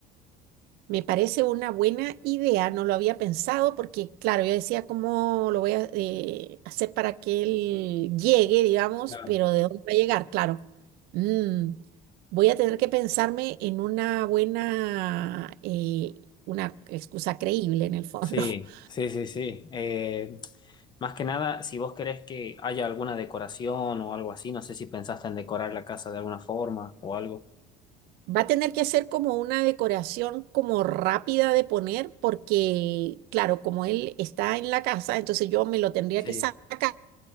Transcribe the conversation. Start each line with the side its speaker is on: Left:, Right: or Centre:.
Right: Me parece una buena idea, no lo había pensado porque, claro, yo decía cómo lo voy a eh, hacer para que él llegue, digamos,
Left: Claro.
Right: pero ¿de dónde va a llegar? Claro. Mm, voy a tener que pensarme en una buena, eh, una excusa creíble en el fondo.
Left: Sí,
Right: <laughs>
Left: sí, sí, sí. Eh, más que nada, si vos querés que haya alguna decoración o algo así, no sé si pensaste en decorar la casa de alguna forma o algo.
Right: Va a tener que hacer como una decoración como rápida de poner porque, claro, como él está en la casa, entonces yo me lo tendría
Left: Sí,
Right: que sacar